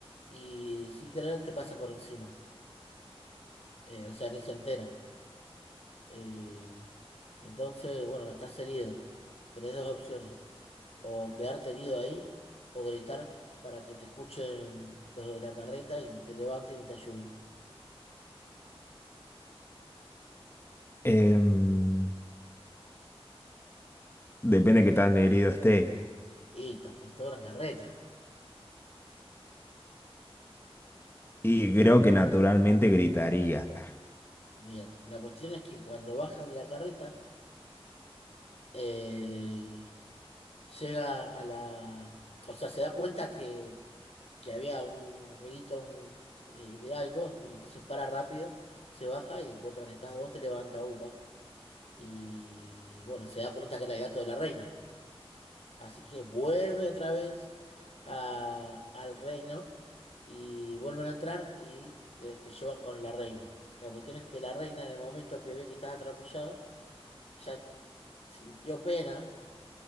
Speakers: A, on the left; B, on the left.
A: y sin querer te pasa por encima. Eh, o sea, ni se enteran. Eh, entonces, bueno, estás herido. Tenés dos opciones. O quedarte herido ahí o gritar para que te escuchen el- los de la carreta y te levanten y te ayuden.
B: Em, depende de qué tan herido esté.
A: Y te aplastó la carreta.
B: Y creo que naturalmente gritaría.
A: Bien, la cuestión es que cuando bajan de la carreta, eh, llega a la, o sea, se da cuenta que, que había un ruidito un- de, de algo y entonces para rápido, se baja y encuentra que estás vos, te levanta upa y bueno, se da cuenta que era el gato de la reina. Así que vuelve otra vez a- al reino y vuelven a entrar y te, te llevan con la reina. La cuestión es que la reina en el momento que ve que estás atropellado, ya sintió pena